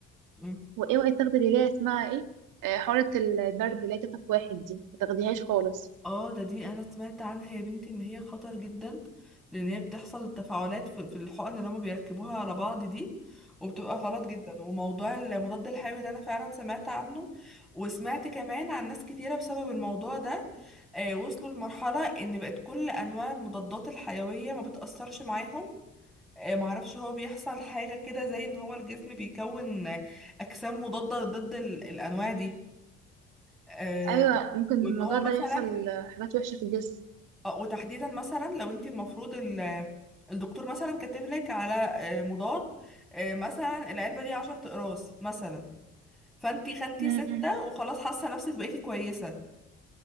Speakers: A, in the centre; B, on the right.
A: إمم.
B: واوعي تاخدي اللي هي اسمها ايه آه، حارة البرد اللي هي تطف واحد دي ما تاخديهاش خالص
A: اه ده دي انا سمعت عنها يا بنتي ان هي خطر جدا لان هي بتحصل التفاعلات في في الحقن اللي هما بيركبوها على بعض دي وبتبقى غلط جدا وموضوع المضاد الحيوي ده انا فعلا سمعت عنه وسمعت كمان عن ناس كتيرة بسبب الموضوع ده آه وصلوا لمرحلة ان بقت كل انواع المضادات الحيوية ما بتأثرش معاهم آه معرفش هو بيحصل حاجة كده زي ان هو الجسم بيكون آه، اجسام مضادة ضد ال- الانواع دي آه،
B: ايوه ممكن الموضوع
A: وان هو مثلا
B: ده يحصل حاجات وحشه في الجسم
A: آه، وتحديدا مثلا لو انت المفروض ال- الدكتور مثلا كاتب لك على آه، مضاد آه، مثلا العلبه دي 10 اقراص مثلا فانت خدتي
B: امم
A: سته وخلاص حاسه نفسك بقيتي كويسه